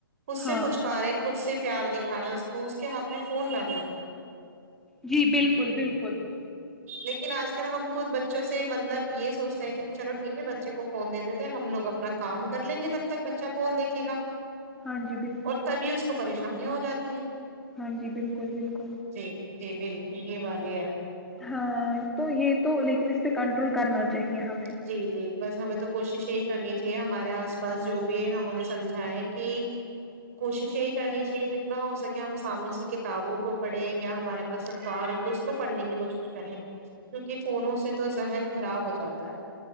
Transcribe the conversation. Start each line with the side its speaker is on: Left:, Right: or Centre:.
Right: خود سے
Centre: ہاں
Right: پچکارے خود سے پیار دکھاائے اس کو اس کے ہاتھ میں فون نہ دے
Centre: جی بالکل بالکل
Right: لیکن آج کل ہم خود بچوں سے مطلب یہ سوچتے ہیں کہ چلو ٹھیک ہے بچے کو فون دے دیتے ہیں ہم لوگ اپنا کام کر لیں گے تب تک ب اچھا کون دیکے گا
Centre: ہاں جی بالکل
Right: اور تبھی اس کو پریشانیاں ہو جاتی ہیں
Centre: ہاں جی بالکل بالکل
Right: جی جی بالکل یہ والاتی ہے
Centre: ہاں تو یہ تو لیکن اس پہ کنٹرول کرنا چ چاہیے ہمیں
Right: جی جی بس ہمیں تو کوشش یہی کرنی چاہیے ہمارے آس پاس جو بھی ہے ہمہوں نے سمجھا ہے کہ کوشش یہی کرنی چاہیے جتنا ہو سکے ہم سامنے سی کتابوں کو پڑھیں یا ہمارے پاس اخبار ہو تو اس کو پڑھنے کی کوشش کریں کیونکہ فونوں سے تو ذہن خراب ہو جاتا ہے